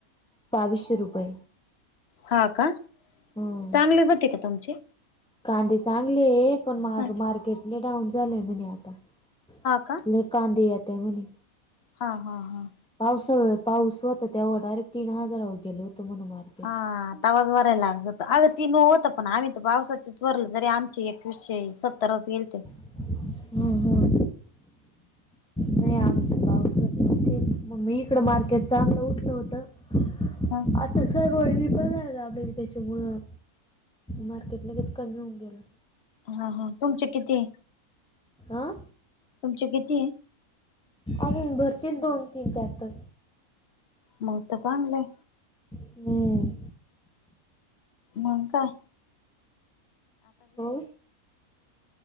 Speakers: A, in the centre; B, on the left (about 50°).
A: बावीसशे रुपये
B: हा का?
A: हं
B: चांगले व्हते का तुमचे?
A: कांदे चांगले, पण महागं
B: हा
A: मार्केट लय डाऊन झालेय म्हणे आता.
B: का
A: कांदे येतय म्हने.
B: हा, हा, हा.
A: पावसाळ्यात, पाऊस होता तेव्हा डायरेक्ट तीन हजारावर गेल होतं म्हण मारकेट.
B: हा, तवाज भराय लागत होतं, अग तीन होतं पण आम्ही तर पावसाची भरलं तरी आमचे एकवीसशे सत्तरच गेलते.
A: हं, ह. नाही आमचे पाऊसत नव्हती, मग मी इकडं मार्केट चांगलं उठलं होतं. <unintelligible>
B: ह
A: होय मी पण नाय राबली त्याच्यामुळं, मार्केट लगेच कमी होऊन गेल.
B: हा, हा तुमचे किती?
A: आं.
B: तुमचे किती?
A: अजून भरतील दोन -तीन ट्रकटर
B: मग तर चांगलय.
A: हहम्म.
B: मंग कांय?
A: हो.